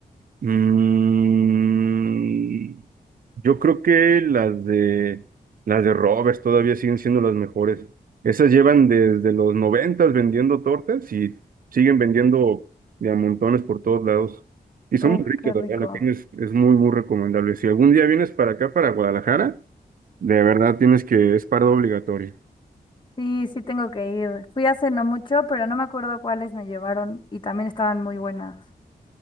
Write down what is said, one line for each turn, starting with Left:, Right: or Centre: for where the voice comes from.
Right: Mm, yo creo que las de las de Roberts todavía siguen siendo las mejores. Esas llevan desde los noventas vendiendo tortas y siguen vendiendo de a montones por todos lados. Y son
Left: Uf,
Right: muy ricas,
Left: qué
Right: la
Left: rico.
Right: verdad, la carne es, es muy, muy recomendable. Si algún día vienes para acá, para Guadalajara, de verdad tienes que, es parada obligatoria.
Left: Sí, sí tengo que ir. Fui hace no mucho, pero no me acuerdo cuáles me llevaron y también estaban muy buenas.